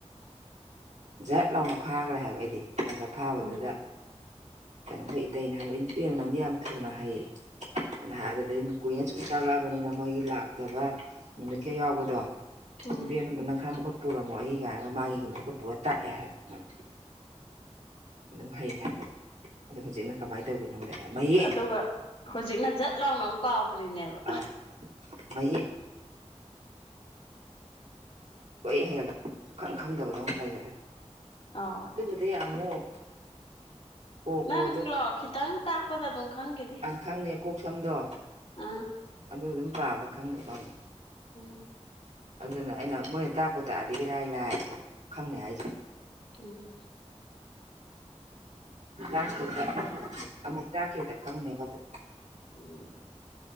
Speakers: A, on the right; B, on the left.
A: ꯖꯠ ꯂꯥꯎꯅ ꯐꯥꯈ꯭ꯔꯦ ꯍꯥꯏꯕ ꯑꯩꯗꯤ ꯑꯗ ꯐꯥꯕꯗꯨꯗ
B: ꯎꯝ
A: ꯀꯩꯅꯣꯈ ꯏꯇꯩꯩꯅ ꯍꯥꯏ ꯄꯦꯃ ꯅꯪꯗꯤ ꯌꯥꯝ ꯊꯨꯅ ꯍꯩ ꯑꯅ ꯍꯥꯏ ꯑꯗꯨꯗ ꯀꯨꯏꯅ ꯁꯨꯝ ꯇꯥꯛꯂꯛꯑꯕꯅꯤꯅ ꯃꯣꯏꯒꯤ ꯂꯥꯛꯇꯕ ꯅꯨꯃꯤꯠ ꯀꯌꯥ ꯌꯥꯎꯕꯗꯣ
B: ꯎꯝ
A: ꯏ ꯅ ꯅꯪ ꯈꯔ ꯃꯈ <inaudible> ꯄꯨꯔꯝꯃꯣ ꯑꯩꯒꯤ ꯀꯥꯏꯅꯒ ꯃꯥꯒꯤ ꯃꯍꯨ ꯄꯨꯔ ꯇꯥꯛꯑꯦ ꯍꯥꯏꯕ ꯃꯥꯅ ꯑꯗꯨꯝ ꯍꯩ ꯍꯥꯏꯕꯗ ꯑꯗꯣ ꯍꯧꯖꯤꯛꯅ ꯀꯃꯥꯏꯅ ꯇꯧꯒꯤꯅꯣꯗꯌꯦꯛ
B: ꯑꯗꯨꯒ ꯍꯧꯖꯤꯛꯅ ꯖꯠ ꯂꯥꯎꯅ ꯑꯃ ꯀꯥꯎꯒ꯭ꯔꯤꯅꯦꯕ
A: ꯑꯥ ꯃꯌꯦꯛ ꯂꯣꯏ ꯍꯩꯔ ꯁꯨꯈꯪ ꯈꯪꯗꯕꯗꯧ ꯂꯩꯈ꯭ꯔꯦ
B: ꯑꯧ
A: ꯑꯗꯨꯕꯨꯗꯤ ꯑꯃꯨꯛ ꯀꯣ ꯈꯣꯗꯣ
B: ꯅꯪ ꯂꯣ ꯈꯤꯇꯥꯪ ꯇꯥꯛꯄꯗ ꯑꯗꯨꯝ ꯈꯪꯒꯤꯅꯤ
A: ꯈꯪꯅꯦ ꯀꯣꯛ ꯁꯝꯗꯣ
B: ꯑꯥ
A: ꯑꯗꯨ ꯑꯗꯨꯝ ꯄꯥꯕ ꯈꯪꯗꯣꯏꯖꯥꯔꯣ
B: ꯎꯝ
A: ꯑꯗꯨꯅ ꯑꯩꯅ ꯃꯣꯏꯅ ꯇꯥꯛꯄ ꯇꯥꯛꯑꯗꯤ ꯏꯔꯥꯏ ꯂꯥꯏ ꯑꯗꯨ ꯈꯪꯅꯤ ꯍꯥꯏꯁꯦ
B: ꯎꯝ
A: ꯑꯦ ꯑꯃꯨꯛ ꯇꯥꯛꯈꯤꯕꯗ ꯈꯪꯅꯦꯕ ꯑꯗꯨꯝ
B: ꯎꯝ